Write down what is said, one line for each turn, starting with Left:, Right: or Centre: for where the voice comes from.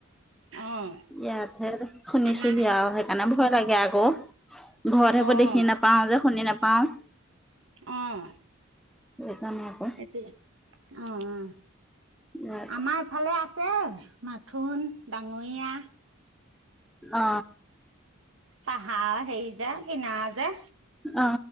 Right: অ',
Centre: ইয়াতহে শুনিছোহিয়াও
Right: আমাৰ
Centre: আৰু সেইকাৰণে, ভয় লাগে আকৌ ঘৰত সেইবোৰ
Right: অ',
Centre: দেখি নাপাও যে শুনি নাপাও,
Right: অহ
Centre: সেইকাৰণে আকৌ
Right: এইটোয়ে অ অ
Centre: ইয়াত
Right: আমাৰ এফালে আছে মাথোন ডাঙৰীয়া
Centre: অ
Right: পাহাৰ সেই যে কিনা যে
Centre: অ